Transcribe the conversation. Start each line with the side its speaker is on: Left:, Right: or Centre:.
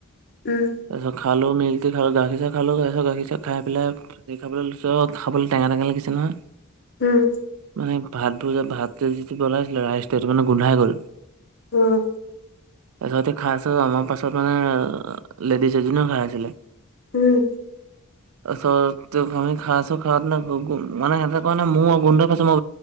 Left: উম
Right: তাছত খালো মেলি খালো গাখীৰ চাহ খালো গ গাখীৰ চাহ খাই পেলাই গাখীৰ খাবলৈ লৈছো খাব টেঙা টেঙা লাগিছে নহয়
Left: উম
Right: মানে ভাতবোৰ যে ভাত তে যিটো বনাইছিলে ৰাইচেইটো মানে গোন্ধাই গ'ল
Left: উম।
Right: তাৰপিছতে খাই আছো আমাৰ পাছত মানে লেডিজ এজনিও খাই আছিলে
Left: উম।
Right: তত আমি খাইছো খাত ন মানে সেহতে ক ন মোৰ গোন্ধ পাইছছে মই